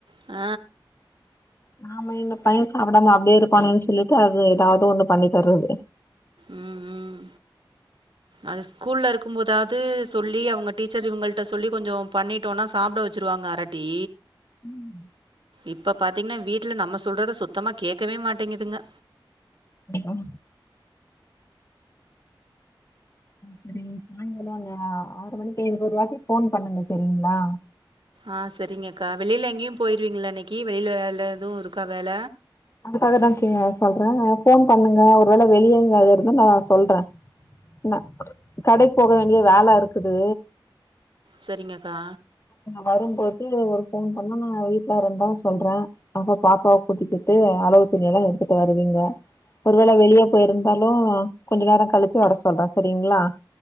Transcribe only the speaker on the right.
ஆ
ம் ம் அது ஸ்கூல்ல இருக்கும் போதாது சொல்லி அவங்க டீச்சர் இவங்கள்ட சொல்லி கொஞ்சம் பண்ணிட்டோம்னா சாப்பட வச்சிருவாங்க அரட்டி
இப்ப பாத்தீங்கன்னா வீட்டுல நம்ம சொல்றத சுத்தமா கேடக்கவே மாட்டேங்குதுங்க
ஆ செரிங்க அக்கா வெளியல எங்கேயும் போயிருவீங்களா இன்னக்கி கீ வெளியில வேல எதுவும் இருக்கா வேள
செரிங்கக்கா